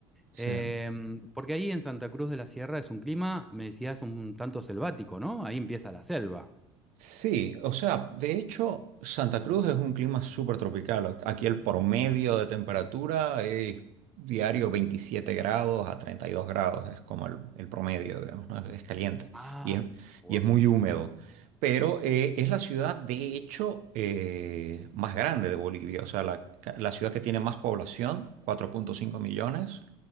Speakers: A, on the right (about 60°); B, in the centre.
A: Sí.
B: Em, porque ahí en Santa Cruz de la Sierra es un clima, me decías, un tanto selvático, ¿no? Ahí empieza la selva.
A: Sí, o sea, de hecho, Santa Cruz es un clima súper tropical. Aquí el promedio de temperatura es diario 27 grados a 32 grados, es como el, el promedio, digamos, ¿no? Es caliente
B: Ah,
A: y es,
B: gua-
A: y es muy húmedo. Pero eh, es la ciudad, de hecho, eh, más grande de Bolivia, o sea, la, ca- la ciudad que tiene más población, cuatro punto cinco millones,